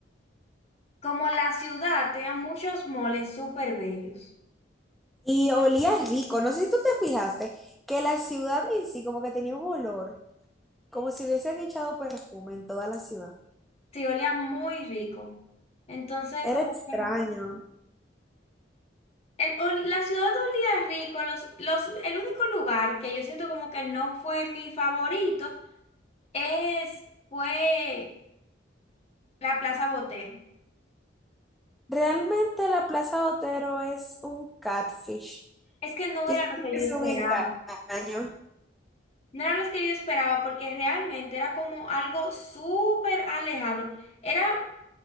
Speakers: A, on the left; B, in the centre.
A: como la ciudad tenía muchos moles súper bellos,
B: Y olía rico. No sé si tú te fijaste que la ciudad en sí como que tenía un olor, como si hubiesen echado perfume en toda la ciudad.
A: sí, olía muy rico. Entonces,
B: Era
A: como
B: extraño.
A: que el- o la ciudad olía rico, los, los, el único lugar que yo siento como que no fue mi favorito es, fue la Plaza Botero.
B: Realmente la Plaza Botero es un catfish.
A: Es que no
B: Yo
A: era
B: siento
A: lo que
B: que
A: yo
B: es
A: esperaba.
B: un engaño.
A: No eran los que yo esperaba porque realmente era como algo súper alejado. Era,